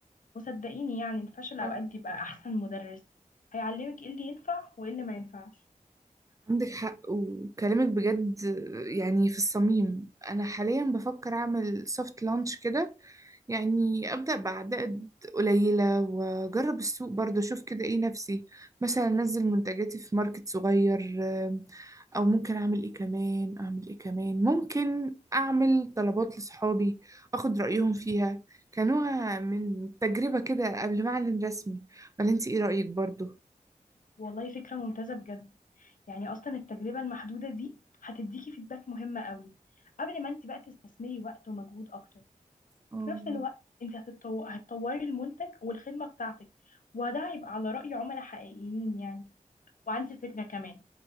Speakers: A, on the left; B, on the right.
A: وصدقيني يعني الفشل
B: صح
A: اوقات بيبقى احسن مدرس هيعلمك ايه اللي ينفع وايه اللي ما ينفعش
B: عندك حق وكلامك بجد يعني في الصميم انا حاليا بفكر اعمل سوفت لانش كده يعني ابدا بعدد قليله واجرب السوق برضه اشوف كده ايه نفسي مثلا انزل منتجاتي في ماركت صغير آم، او ممكن اعمل ايه كمان اعمل ايه كمان ممكن اعمل طلبات لصحابي اخد رايهم فيها كنوع من تجربه كده قبل ما اعلن رسمي ولا انت ايه رايك برضه
A: والله فكره ممتازه بجد يعني اصلا التجربه المحدوده دي هتديكي فيدباك مهمه قوي قبل ما انت بقى تستثمري وقت ومجهود اكتر
B: آه،
A: وفي نفس الوقت انت هتتطو... هتطوري المنتج والخدمة بتاعتك وده هيبقى على رأي عملاء حقيقيين يعني وعندي فكرة كمان